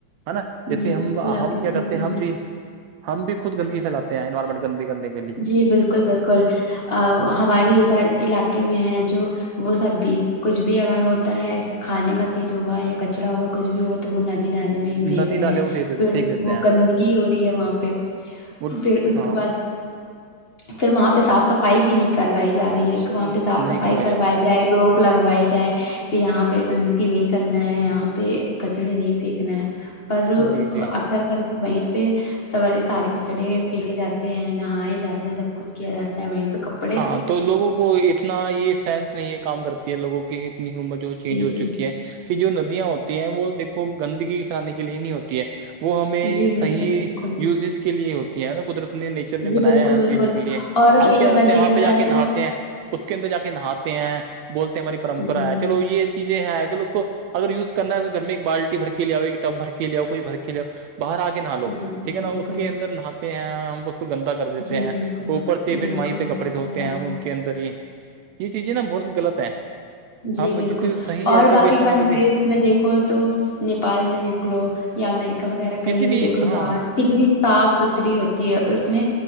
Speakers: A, on the right; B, on the left.
A: ہے نا جیسے
B: جی
A: ہم
B: بالکل
A: ہم
B: آپ نے
A: کیا
B: صحیح
A: کرتے
B: فرمایا
A: ہیں ہم بھی ہم بھی خود گندگی پھیلاتے ہیں انوائرمینٹ گندگ کرنے کی
B: جی بالکل بالکل ا ہمارے ادھر علاقے میں ہے جو وہ سب بھی کچھ بھی اگر ہوتا ہے کھانے کا چیز ہوگا یا کچرا ہوگا کچھ بھی ہوگا تو وہ ندی نالے میں پھینک
A: ندی
B: رہے
A: نالے
B: ہیں
A: میں پھینک
B: پھر
A: دیتے
B: وہ
A: ہیں
B: گندگی ہو رہی ہے وہاں پہ
A: وہ
B: پھر اس
A: ہاں
B: کے بعد پھر وہاں پہ صاف صفائی بھی نہیں کرائی جا رہی ہے کہ
A: نہیں
B: وہاں پہ صاف صفائی کروائی
A: جا رہی
B: جائے لوگ لگوائی جائے کہ یہاں پہ گندگی نہیں کرنا ہے یہاں پہ کچڑے نہیں پھینکنا ہے پر
A: جی جی
B: اکثر کر کے وہیں پہ سوارے سارے کچڑے پھینکے جاتے ہیں نہ نہائے جاتے ہیں سب کچھ کیا جاتا ہے وہیں پہ کپ
A: ہاں تو لوگوں کو اتنا یہ سینس نہیں ہے کام کرتی ہے لوگوں کی اتنی امر جو چیزیں
B: جی
A: ہو
B: جی
A: چوکی ہے کہ جو ندیاں ہوتی ہیں وہ دیکھو گندگی اٹھانے کے لیے نہیں ہوتی ہے وہ ہمیں
B: جی بالکل
A: صحیح
B: بالکل
A: یوزیز کے لیے ہوتی ہے نا قدرت نے نہیں نیچر نے
B: جی
A: بنایا
B: بالکل
A: ہے ان
B: بالکل
A: چیزوں کے لیے
B: اور کہیں
A: ہم کیا
B: اگر
A: ہیں
B: دیکھا
A: وہاں پہ
B: جائے
A: جا کے نہاتے
B: تو
A: ہیں اس کے اندر جا کے نہاتے ہیں بولتے ہیں ہماری پرمپرا
B: جی
A: ہے
B: جی
A: چلو یہ چیزیں ہے چلو اس کو اگر یوز کرنا ہے گھر میں ایک بالٹی بھر کے لے آؤ ایک ٹب بھر کے لے آؤ کچھ بھر کے لے اؤ باہر آ کے نہا لو
B: جی
A: ٹھیک ہے
B: بالکل
A: نا اس کے اندر نہاتے ہیں ہم اس کو گندا کر دیتے
B: جی
A: ہیں
B: بالکل
A: اوپر سے پھر
B: بالکل
A: وہیں پہ
B: آپ
A: کپڑے
B: کا
A: دھوتے
B: صحیح فرما
A: ہیں ان کے اندر ہی یہ چیزیں نا بہت غلط ہے
B: جی
A: ہم
B: بالکل
A: جوک صحیح
B: اور
A: ایجوکیشن
B: باقی کنٹریز
A: اگر دیکھیں
B: میں دیکھو تو نیپال میں دیکھ لو یا امیریکا وغیرہ کہیں
A: کسی
B: بھی دیکھ لو
A: ہاں
B: باہر کتنی صاف ستھری ہوتی ہے اس میں